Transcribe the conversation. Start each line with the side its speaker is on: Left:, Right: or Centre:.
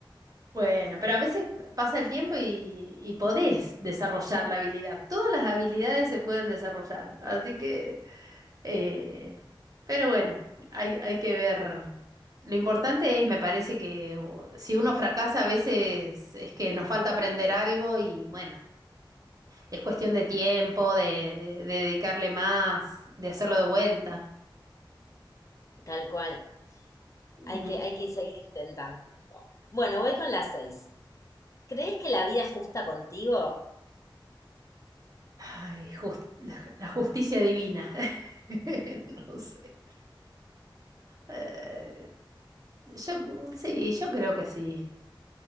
Right: Bueno, pero a veces pasa el tiempo y, y podés desarrollar la habilidad. Todas las habilidades se pueden desarrollar. Así que Eh, pero bueno, hay, hay que ver. Lo importante es, me parece que o- si uno fracasa a veces es que nos falta aprender algo y bueno, es cuestión de tiempo, de, de dedicarle más, de hacerlo de vuelta.
Left: tal cual.
Right: Ujú.
Left: Hay que, hay que seguir intentando. Bueno, voy con las seis. ¿Crees que la vida es justa contigo?
Right: Ay, jus- la, la justicia divina. <laughs> No sé. Eh, yo mm, sí, yo creo que sí.